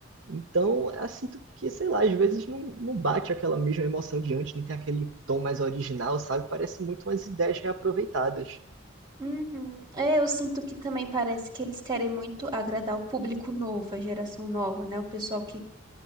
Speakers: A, on the right; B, on the right.
A: Então, eu sinto que, sei lá, às vezes não, não bate aquela mesma emoção de antes, não tem aquele tom mais original, sabe? Parece muito umas ideias reaproveitadas.
B: Uhum. É, eu sinto que também parece que eles querem muito agradar o público novo, a geração nova, né? O pessoal que,